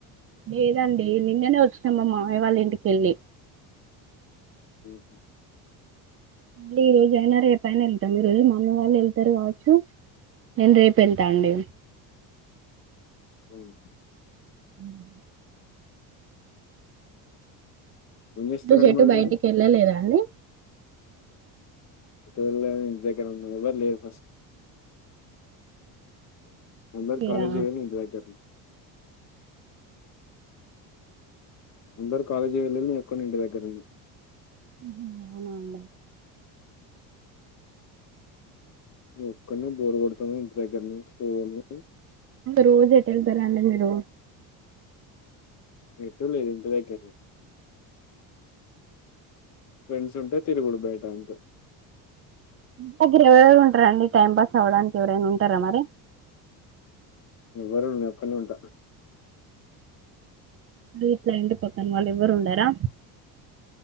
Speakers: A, on the right; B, on the left.
A: లేదండి నిన్నేనే వచ్చినం మా మావయ్య వాళ్ళ ఇంటికెళ్ళి.
B: మ్మ్.
A: మళ్ళీ ఈ రోజయినా రేపయినా వెళ్తాం, ఈరోజు మమ్మీ వాళ్ళు వెళ్తరు కావచ్చు. నేను రేపెళ్తా అండి.
B: అవును.
A: ఉమ్
B: ఏం చేస్తారండి
A: నటు చెట్టు
B: మరి
A: బయటికి
B: మీరు
A: ఎళ్ళలేదా అండి?
B: చూల్లే ఇంటి దగ్గర ఉన్నా, ఎవ్వరు లేరు ఫస్ట్ అందారు
A: మీరా
B: కాలేజ్ వోన్ ఇంటి దగ్గరనే అందరు కాలేజీ వెళ్లిర్రు నేనొక్కన్నే ఇంటి దగ్గరున్న.
A: ఉహు అవునా అండి.
B: ఒక్కడినే బోరు కొడతా ఇంటి దగ్గర్నే స్ని
A: రోజు ఎట్ ఎళ్తారండి మీరు?
B: ఎటు లేదు ఇంటి దగ్గర్నే ఫ్రెండ్స్ ఉంటే తిరుగుడు బయట అంతే.
A: టి దగ్గర ఎవరెవరు ఉంట రండి, టైం పాస్ అవ్వడానికి ఎవరైనా ఉంటరా మరి?
B: వరు నేనొక్కన్నే ఉంట.
A: ఇట్లా ఇంటి పక్కన వాళ్లు ఎవరు ఉండరా?